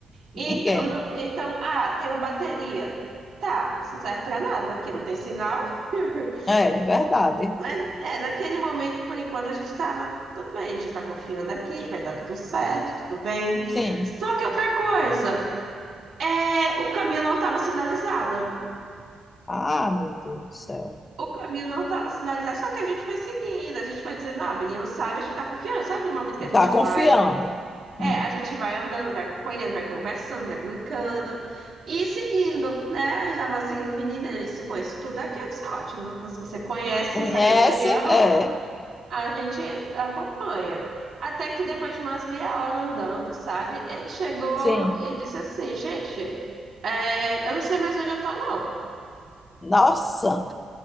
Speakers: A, on the right; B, on the left.
A: Então,
B: Ninguém.
A: não- então, ah, tenho bateria. Tá, isso não serve pra nada, aqui não tem sinal. <laughs>
B: É, é verdade.
A: Mas é, naquele momento, por enquanto, a gente estava tudo bem, a gente está confiando aqui, vai dar tudo certo, tudo bem.
B: Sim.
A: Só que outra coisa, é, o caminho não estava sinalizado.
B: Ah, meu Deus do céu.
A: O caminho não estava sinalizado, só que a gente foi seguindo, a gente vai dizendo, não, o menino sabe, a gente está confiando. Sabe aquele momento que a gente
B: Tá confiando.
A: vai É,
B: Hum.
A: a gente vai andando, vai acompanhando, vai conversando, vai brincando e seguindo, né? A gente tava seguindo o menino, ele disse, conheço tudo aqui, eu disse, ótimo. Então, se você conhece
B: Conhece?
A: essa região,
B: É,
A: a gente acompanha. Até que depois de umas meia hora andando, sabe? Ele chegou
B: sim.
A: e disse assim, gente, é, eu não sei mais onde eu tô, não.
B: Nossa,